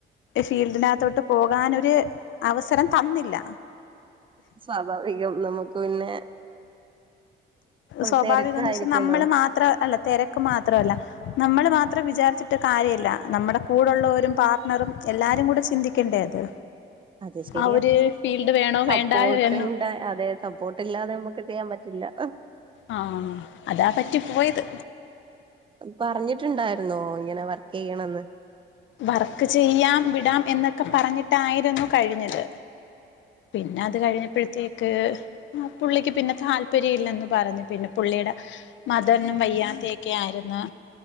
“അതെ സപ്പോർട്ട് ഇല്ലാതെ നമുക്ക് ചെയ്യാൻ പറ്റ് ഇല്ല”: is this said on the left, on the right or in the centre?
Right